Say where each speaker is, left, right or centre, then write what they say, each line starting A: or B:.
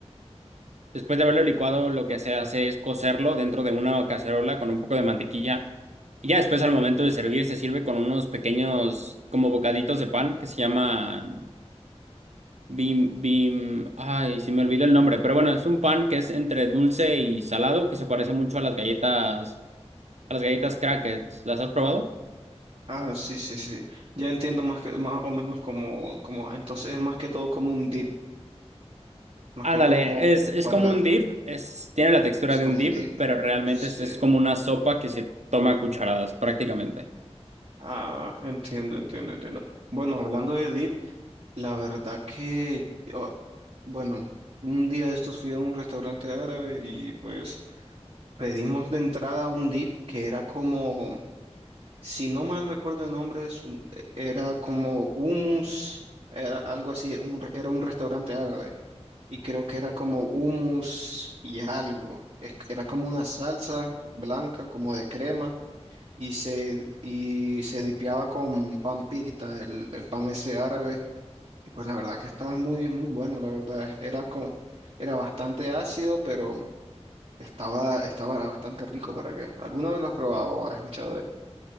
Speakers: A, on the right; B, on the right.
A: después de haberlo licuado, lo que se hace es cocerlo dentro de una cacerola con un poco de mantequilla. Y ya después, al momento de servir, se sirve con unos pequeños, como bocaditos de pan que se llaman bim, bim. Ay, se me olvidó el nombre, pero bueno, es un pan que es entre dulce y salado, que se parece mucho a las galletas, a las galletas crackers. ¿Las has probado?
B: Ah, sí, sí, sí. Ya entiendo más que, más o menos como, como, entonces es más que todo como un dip, más
A: Ándale,
B: que todo como
A: es, es
B: para,
A: como un dip, es, tiene la textura
B: es
A: de
B: como
A: un dip,
B: un dip.
A: pero realmente
B: Sí.
A: es, es como una sopa que se toma a cucharadas prácticamente.
B: Ah, entiendo, entiendo, entiendo. Bueno, hablando de Deep, la verdad que, yo- bueno, un día de estos fui a un restaurante árabe y pues pedimos de entrada un Deep que era como, si no mal recuerdo el nombre, su- era como hummus, era algo así, un re- era un restaurante árabe y creo que era como hummus y algo. Es- Era como una salsa blanca, como de crema y se, y se dipeaba con pan pita, el, el pan ese árabe, y pues la verdad que estaba muy, muy bueno, la verdad, era como, era bastante ácido, pero estaba, estaba bastante rico para que, ¿alguna vez lo has probado o has escuchado de él?